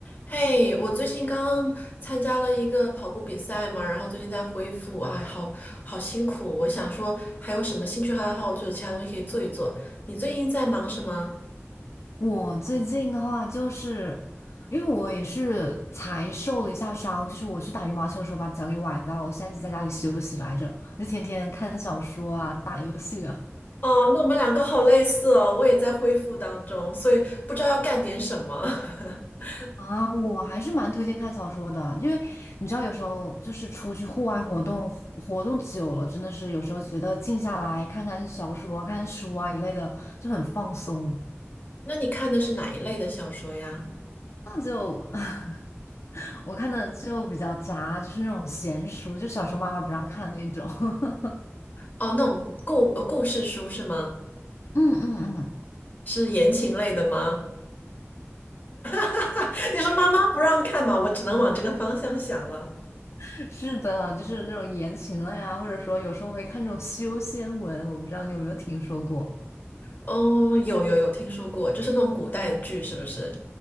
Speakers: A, on the left (about 40°); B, on the left (about 70°).
A: 嘿，我最近刚刚参加了一个跑步比赛嘛，然后最近在恢复，哎，好好辛苦。我想说，还有什么兴趣爱好，就是其他东西可以做一做。你最近在忙什么？
B: 我最近的话，就是因为我也是才受了一下伤，就是我去打羽毛球的时候把脚给崴到了，我现在一直在家里休息来着，就天天看小说啊，打游戏啊。
A: 哦，那我们两个好类似哦，我也在恢复当中，所以不知道要干点什么。<laughs>
B: 啊，我还是蛮推荐看小说的，因为你知道，有时候就是出去户外活动，活动久了，真的是有时候觉得静下来看看小说啊、看看书啊一类的，就很放松。
A: 那你看的是哪一类的小说呀？
B: 那就 <laughs> 我看的就比较杂，就是那种闲书，就小时候妈妈不让看那种。<laughs>
A: 哦，那种故呃故事书是吗？
B: 嗯嗯嗯，
A: 是言情类的吗？<laughs> 你说妈妈不让看嘛，我只能往这个方向想了。
B: <laughs> 是的，就是那种言情了呀，或者说有时候会看这种修仙文，我不知道你有没有听说过，
A: 哦，有有有听说过，就是那种古代的剧，是不是？